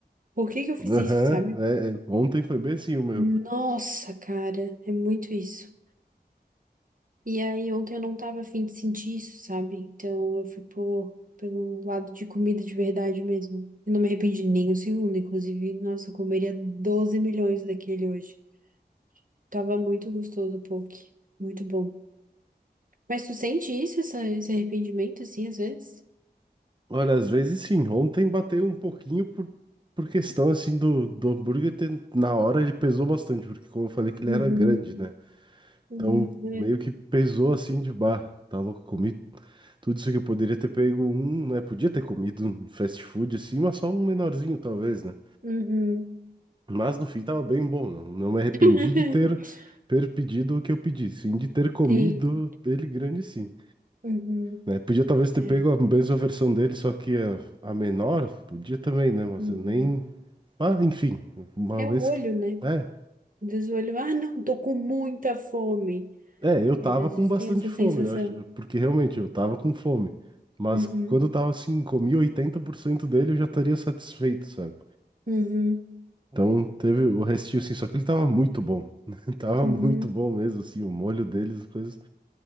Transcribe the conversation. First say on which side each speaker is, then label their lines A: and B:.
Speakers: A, on the right (about 50°); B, on the right (about 30°).
A: Por que que eu fiz
B: Aham,
A: isso, sabe?
B: é, é, ontem foi bem assim o meu.
A: Nossa, cara, é muito isso. E aí, ontem eu não tava afim de sentir isso, sabe? Então eu fui por, pelo lado de comida de verdade mesmo. E não me arrependi nem um segundo, inclusive. Nossa, eu comeria 12 milhões daquele hoje. Tava muito gostoso o poke. Muito bom. Mas tu sente isso, essa- esse arrependimento, assim, às vezes?
B: Olha, às vezes sim, ontem bateu um pouquinho por, por questão, assim, do, do hambúrguer ter, na hora ele pesou bastante, porque como eu falei que ele
A: Uhum.
B: era grande, né?
A: Uhum.
B: Então,
A: É.
B: meio que pesou assim de bar. Tá louco, comi tudo isso que eu poderia ter pego um, né? Podia ter comido um fast food assim, mas só um menorzinho talvez, né?
A: Uhum.
B: Mas no fim tava bem bom, não, não me arrependi
A: <laughs>
B: de ter, ter pedido o que eu pedi, sim, de ter comido
A: Sim.
B: dele grande sim.
A: Uhum.
B: Né? Podia talvez ter
A: É.
B: pego a mesma versão dele, só que a, a menor, podia também, né? Mas
A: Uhum.
B: eu nem... Ah, enfim, uma
A: É
B: vez
A: o olho,
B: que...
A: né?
B: É,
A: Diz o olho, ah, não, tô com muita fome.
B: É, eu tava
A: Aí às
B: com
A: vezes
B: bastante
A: tem essa
B: fome,
A: sensação.
B: eu acho, porque realmente eu tava com fome. Mas
A: Uhum,
B: quando eu tava assim, comi 80% dele, eu já estaria satisfeito, sabe?
A: uhum,
B: Então teve o restinho assim, só que ele tava muito bom. <laughs> Tava
A: uhum,
B: muito bom mesmo, assim, o molho deles, as coisas.